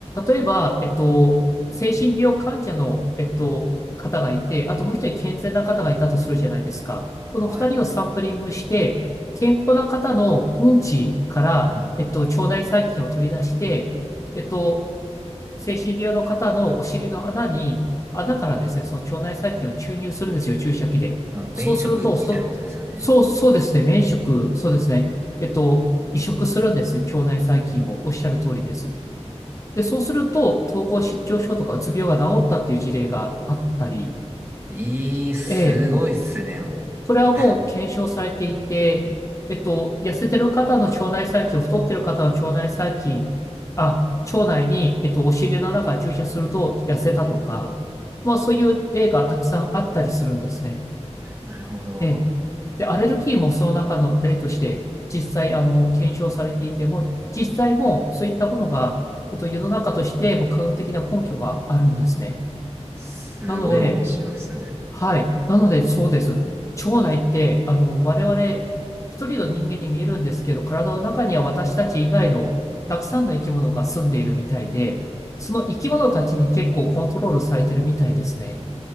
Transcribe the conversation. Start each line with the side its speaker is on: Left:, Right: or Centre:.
Left: 例えば、えっと、精神病患者の、えっと、方がいて、あともう一人健全な方がいたとするじゃないですか。この二人をサンプリングして、
Right: はい。
Left: 健康な方のうんちから、
Right: あ、
Left: えっと、腸内細菌を取り出して、えっと、精神病の方のお尻の穴に、穴からですね、その腸内細菌を注入するんですよ、注射器で。
Right: あの、便移植みたいなことですよね。
Left: そうすると、そ、そう、そうですね、免職、そうですね、えっと、移植するんですね、腸内細菌もおっしゃる通りです。で、そうすると、統合失調症とかうつ病が治ったっていう事例があったり、
Right: いい、すごいっすね、
Left: ええ
Right: もう。
Left: それはもう検証されていて、えっと、痩せてる方の腸内細菌、太ってる方の腸内細菌、あ、腸内に、えっと、お尻の中に注射すると痩せたとか、まあそういう例がたくさんあったりするんですね。
Right: なるほど。
Left: ええ。で、アレルギーもその中の例として、実際、あの、検証されていても、実際もそういったものが、えっと、世の中としても科学的な根拠があるんですね。
Right: すごい面白いっすね。
Left: なので、はい。なので、そうです。腸内って、あの、我々、一人の人間に見えるんですけど、体の中には私たち以外のたくさんの生き物が住んでいるみたいで、その生き物たちに結構コントロールされてるみたいですね。